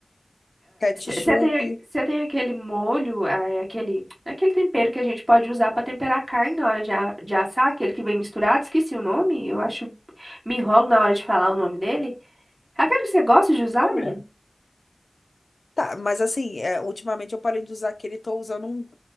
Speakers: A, on the left; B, on the right.
A: ketchup.
B: Você tem, cê tem aquele molho, ah, é aquele, é aquele tempero que a gente pode usar para temperar a carne na hora de, a- de assar, aquele que vem misturado, esqueci o nome, eu acho, me enrolo na hora de falar o nome dele. Aquele que você gosta de usar,
A: Olha.
B: menina?
A: Tá, mas assim, é, ultimamente eu parei de usar aquele, tô usando um,